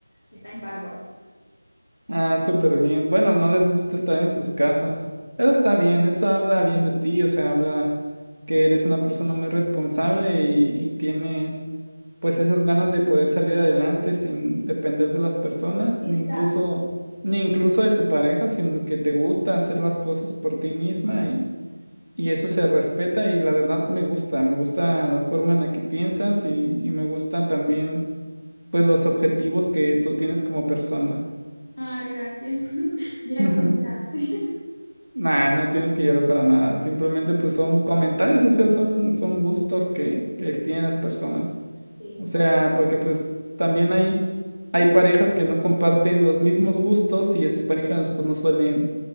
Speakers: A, on the left; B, on the right.
A: está en Paraguay.
B: Ah, súper bien. Bueno, no les gusta estar en sus casas. Eso está bien, eso habla bien de ti, o sea, habla que eres una persona muy responsable y, y tienes pues esas ganas de poder salir adelante sin depender de las personas,
A: Exacto.
B: ni incluso, ni incluso de tu pareja, sino que te gusta hacer las cosas por ti misma y, y eso se respeta y la verdad me gusta, me gusta la forma en la que piensas y, y me gusta también pues los objetivos que tú tienes como persona.
A: Ah, gracias. <laughs> Mira
B: <laughs>
A: que voy a llorar. <laughs>
B: Nah, no tienes que llorar para nada. Simplemente pues son comentarios, o sea, son, son gustos que, que tienen las personas.
A: Sí,
B: O sea, porque pues también hay, hay parejas que no comparten los mismos gustos y esas parejas pues no suelen